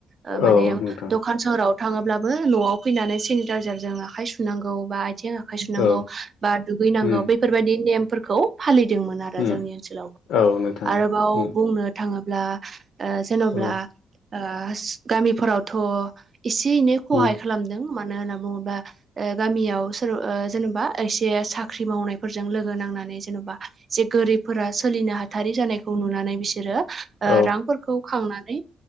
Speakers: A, on the right (about 40°); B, on the left (about 80°).
A: ओ माने
B: औ नोंथां
A: द खान सोहोराव थाङोब्लाबो न'आव फैनानै सेनिटाइजारजों आखाइ सुनांगौ बा आथिं आखाइ सुनांगौ
B: औ
A: बा दुगैनांगौ
B: उम
A: बेफोरबायदि नेमफोरखौ फालिदोंमोन आरो
B: उम
A: जोंनि ओनसोलाव
B: औ नोंथां
A: आरोबाव
B: उम
A: बुंनो थाङोब्ला ओ जेन'ब्ला
B: औ
A: ओस गामिफोरावथ' एसे एनै खहाय
B: उम
A: खालामदों मानो होनना बुङोबा ओ गामियाव सोर ओ जेनेबा एसे साख्रि मावनायफोरजों लोगो नांनानै जेन'बा एसे गोरिब फोरा सोलिनो हाथारि जानायखौ नुनानै बिसोरो ओ
B: औ
A: रांफोरखौ खांनानै